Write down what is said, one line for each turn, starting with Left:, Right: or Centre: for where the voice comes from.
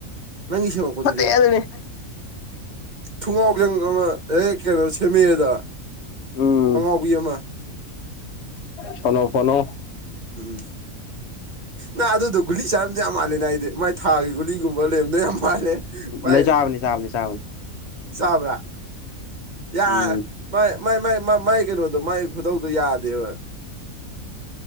Right: ꯅꯪꯒꯤ ꯁꯦꯝꯃꯛꯄꯗꯨꯗꯤ
Left: ꯐꯠꯇꯦ ꯑꯗꯨꯅꯤ
Right: ꯊꯨꯡꯒꯥꯎꯖꯪ ꯑꯃ ꯍꯦꯛ ꯀꯩꯅꯣ ꯁꯦꯝꯃꯤꯔꯦꯗ
Left: ꯎꯝ
Right: ꯑꯉꯥꯎꯕꯤ ꯑꯃ
Left: ꯁꯣꯅꯣ ꯐꯣꯅꯣ
Right: ꯎꯝ ꯅ ꯑꯗꯨꯗꯨ ꯒꯂꯤ ꯆꯔꯝꯗꯤ ꯌꯥꯝ ꯃꯥꯂꯅ ꯃꯥꯏ ꯊꯥꯒꯤ ꯒꯨꯂꯤꯒꯨꯝꯕ ꯂꯩꯔꯦꯝꯗ ꯌꯥꯝ ꯃꯥꯜꯂꯦ ꯃꯥꯥꯏ
Left: ꯂꯩ ꯆꯥꯕꯅꯤ ꯆꯥꯕꯅꯤ ꯆꯥꯕꯅꯤ
Right: ꯆꯕ꯭ꯔꯥ ꯌꯥ
Left: ꯎꯝ
Right: ꯃ ꯃꯥꯏ ꯃꯥꯏ ꯃꯥꯏ ꯀꯩꯅꯣꯗꯣ ꯃꯥꯏ ꯈꯨꯗꯧꯗꯣ ꯌꯥꯗꯦꯕ